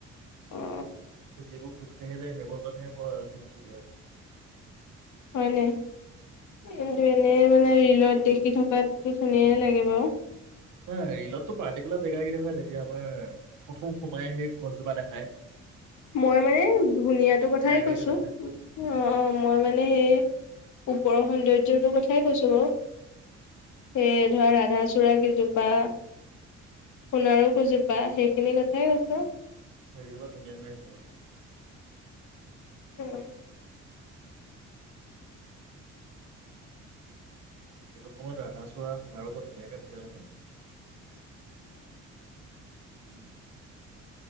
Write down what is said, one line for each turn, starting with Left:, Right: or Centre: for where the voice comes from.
Left: অ
Right: যিবোৰ খোজকাঢ়ি যায় সেইবোৰৰ কাৰণেহে বৰ ধুনচু দিয়া
Left: হয়নে? কিন্তু এনে মানে ৰিলত দেখি খি থকাকে ধুনীয়ে লাগে বাৰু
Right: নহ ৰিলতটো পাৰ্টিকুলাৰ জেগা কেই দেখায় যেতিয়া হয় হয়, প্ৰথম সোমায়ে সেই গছ জোপা দেখাই
Left: মই মানে ধুনীয়া টো কথাই
Right: লাইব্ৰেৰীটো
Left: কৈছো
Right: দেখাই
Left: অহ অহ মই মানে সেই ওপৰৰ সৌন্দৰ য্যৰ কথাই কৈছো বাৰু। সেই ধৰা, ৰাধাচূড়া কেইজোপা সোণাৰু কেইজোপা সেইখিনি কথাই কৈছো।
Right: <unintelligible> দে <unintelligible>
Left: উম
Right: সেইটো সময়ত ৰাধা চূড়া সোণাৰো ব ধুনীয়াকে ফুলে নহয় উ